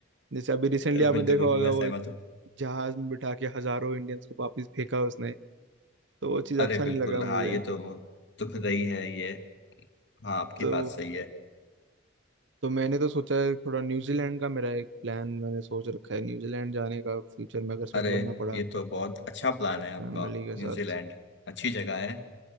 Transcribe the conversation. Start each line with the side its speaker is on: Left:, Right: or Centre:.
Right: जैसे अभी रिसेंटली आपने
Left: बिल्कुल
Right: देखा
Left: बिल्कुल
Right: होगा
Left: मैं
Right: वो
Left: सहमत हूँ
Right: जहाज में बिठा के हजारों इंडियंस को वापस फेंका उसने तो वो चीज़
Left: अरे
Right: अच्छा नहीं
Left: बिल्कुल
Right: लगा मुझे
Left: हाँ ये तो बहुत दुख रही है ये हाँ आपकी
Right: तो
Left: बात सही है
Right: तो मैंने तो सोचा है थोड़ा न्यूजीलैंड का मेरा एक प्लान मैंने सोच रखा है न्यूजीलैंड जाने का फ्यूचर में अगर सेटल
Left: अरे
Right: होना पड़ा
Left: ये तो बहुत अच्छा प्लान है आपका
Right: फैमिली के
Left: न्यूजीलैंड
Right: साथ
Left: अच्छी जगह है